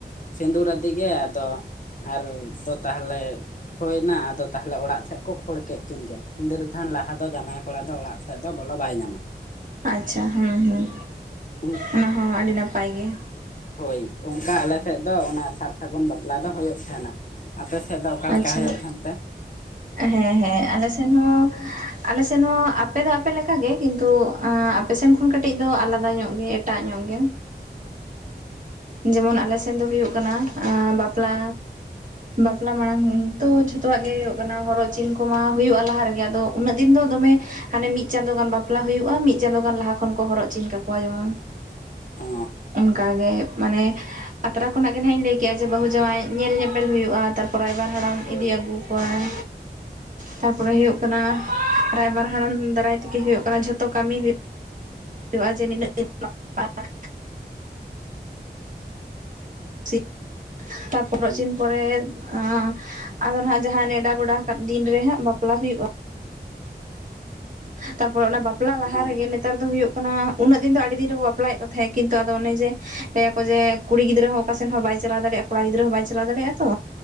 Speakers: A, on the left; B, on the right.
A: ᱥᱤᱸᱫᱷᱩᱨᱟᱫᱤ ᱜᱮ ᱟᱫᱚ ᱟᱨ ᱫᱚ ᱛᱟᱦᱞᱮ ᱦᱳᱭ ᱱᱟ ᱟᱫᱚ ᱛᱟᱦᱞᱮ ᱚᱲᱟᱜ ᱥᱮᱜ ᱠᱚ ᱠᱷᱳᱲ ᱠᱮᱜ ᱠᱤᱱ ᱜᱮ ᱥᱤᱸᱫᱨᱟᱫᱷᱟᱱ ᱞᱟᱦᱟ ᱫᱚ ᱡᱟᱢᱟᱭ ᱠᱚᱲᱟ ᱫᱚ ᱚᱲᱟᱜ ᱥᱮᱫ ᱫᱚ ᱵᱚᱞᱚ ᱵᱟᱭ ᱧᱟᱢᱟ᱾
B: ᱟᱪᱪᱷᱟ ᱦᱩᱸ ᱦᱩᱸ
A: ᱩᱱ
B: ᱚᱱᱟ ᱦᱚᱸ ᱟᱹᱰᱤ ᱱᱟᱯᱟᱭ ᱜᱮ᱾
A: ᱦᱳᱭ ᱚᱝᱠᱟ ᱟᱞᱮ ᱥᱮᱜ ᱫᱚ ᱚᱱᱟ ᱥᱟᱨ ᱥᱟᱹᱜᱩᱱ ᱵᱟᱯᱞᱟ ᱫᱚ ᱦᱳᱭᱳᱜ ᱛᱟᱦᱮᱸᱱᱟ, ᱟᱯᱮ ᱥ ᱥᱮᱫ ᱫᱚ ᱚᱠᱟᱞᱮᱠᱟ
B: ᱟᱪᱪᱷᱟ
A: ᱦᱳᱭᱳᱜ ᱛᱟᱦᱮᱱ ᱛᱮ?
B: ᱦᱮᱸ ᱦᱮᱸ ᱟᱞᱮᱥᱱ ᱦᱚᱸ ᱟᱞᱮᱥᱮᱱ ᱦᱚᱸ ᱟᱯᱮ ᱫᱚ ᱟᱯᱮ ᱞᱮᱠᱟᱜᱮ ᱠᱤᱱᱛᱩ ᱟᱯᱮᱥᱮᱱ ᱠᱷᱚᱱ ᱠᱟᱹᱴᱤᱡ ᱫᱚ ᱟᱞᱟᱫᱟ ᱧᱚᱜ ᱜᱮ ᱮᱴᱟᱜ ᱧᱚᱜ ᱜᱮ, ᱡᱮᱢᱚᱱ ᱟᱞᱮᱥᱮᱱ ᱫᱚ ᱦᱩᱭᱩᱜ ᱠᱟᱱᱟ ᱟᱸ ᱵᱟᱯᱞᱟ ᱵᱟᱯᱞᱟ ᱢᱟᱲᱟᱝ ᱛᱚ ᱡᱷᱚᱛᱚᱣᱟᱜ ᱜᱮ ᱦᱩᱭᱩᱜ ᱠᱟᱱᱟ ᱦᱚᱨᱚᱜ ᱪᱤᱱ ᱠᱚᱢᱟ ᱦᱩᱭᱩᱜ-ᱟ ᱞᱟᱦᱟ ᱨᱮᱜᱮ ᱟᱫᱚ ᱩᱱᱟᱹᱜ ᱫᱤᱱ ᱫᱚ ᱫᱚᱢᱮ ᱦᱟᱱᱮ ᱢᱤᱜ ᱪᱟᱸᱫᱚ ᱜᱟᱱ ᱵᱟᱯᱞᱟ ᱦᱩᱭᱩᱜ-ᱟ ᱢᱤᱜ ᱪᱟᱸᱫᱚ ᱜᱟᱱ ᱞᱟᱦᱟ ᱠᱷᱚᱱ ᱠᱚ ᱦᱚᱨᱚᱜᱪᱤᱱ ᱠᱟᱠᱚᱣᱟ ᱡᱮᱢᱚᱱ᱾
A: ᱚ
B: ᱚᱝᱠᱟ ᱜᱮ ᱢᱟᱱᱮ ᱟᱛᱨᱟ ᱠᱷᱚᱱᱟᱜ ᱜᱮ ᱱᱟᱦᱟᱜ ᱤᱧ ᱞᱮᱭ ᱠᱮᱜ-ᱟ ᱡᱮ ᱵᱟᱹᱦᱩ ᱡᱟᱶᱟᱭ ᱧᱮᱞ ᱧᱮᱯᱮᱞ ᱦᱩᱭᱩᱜ-ᱟ ᱛᱟᱨ ᱯᱚ ᱨᱟᱭᱵᱟᱨ ᱦᱟᱲᱟᱢ
A: ᱦᱳᱭ
B: ᱤᱫᱤ ᱟᱹᱜᱩ ᱠᱚᱣᱟᱭ ᱛᱟ ᱯᱚᱨᱮ ᱦᱩᱭᱩᱜ ᱠᱟᱱᱟ ᱨᱟᱭᱵᱟᱨ ᱦᱟᱲᱟᱢ ᱫᱟᱨᱟᱭ ᱛᱮᱜᱮ ᱦᱩᱭᱩᱜ ᱠᱟᱱᱟ ᱡᱷᱚᱛᱚ ᱠᱟᱹᱢᱤ <unintelligible> <unintelligible>
A: ᱦᱩᱸ
B: ᱯᱚᱨᱮ ᱟᱸ ᱟᱫᱚ ᱱᱟᱦᱟᱜ ᱡᱟᱦᱟᱸ ᱱᱮᱸᱰᱟ ᱜᱚᱰᱟ ᱟᱠᱟᱫ ᱫᱤᱱ ᱨᱮ ᱦᱟᱸᱜ ᱵᱟᱯᱞᱟ ᱦᱩᱭᱩᱜ-ᱟ᱾ ᱛᱟ ᱯᱚᱨ ᱚᱱᱟ ᱵᱟᱯᱞᱟ ᱞᱟᱦᱟ
A: ᱚ
B: ᱨᱮᱜᱮ ᱱᱮᱛ ᱛᱟᱨ ᱫᱚ ᱦᱩᱭᱩᱜ ᱠᱟᱱᱟ ᱩᱱᱟᱹᱜ ᱫᱤᱱ ᱫᱚ ᱟᱹᱰᱤ ᱫᱤᱱ ᱨᱮᱠᱚ ᱵᱟᱯᱞᱟᱭᱮᱜ ᱠᱚ ᱛᱷᱮᱜ ᱠᱤᱱᱛᱩ ᱟᱫᱚ ᱚᱱᱮ ᱡᱮ ᱞᱟᱹᱭᱟᱠᱚ ᱡᱮ ᱠᱩᱲᱤ ᱜᱤᱫᱽᱨᱟᱹ ᱦᱚᱸ ᱚᱠᱟᱥᱮᱱ ᱦᱚᱸ ᱵᱟᱭ ᱪᱟᱞᱟᱣ ᱫᱟᱲᱮᱭᱟᱜ-ᱟ ᱠᱚᱲᱟ ᱜᱤᱫᱽᱨᱟᱹ ᱦᱚᱸ ᱵᱟᱭ ᱪᱟᱞᱟᱣ ᱫᱟᱲᱮᱭᱟᱜ-ᱟ ᱛᱚ